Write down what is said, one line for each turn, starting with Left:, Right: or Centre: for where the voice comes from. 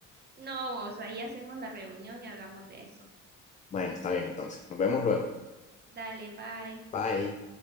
Right: No, o sea, ahí hacemos la reunión y hablamos de eso.
Left: Bueno, está bien, entonces, nos vemos luego.
Right: Dale, bye.
Left: Bye.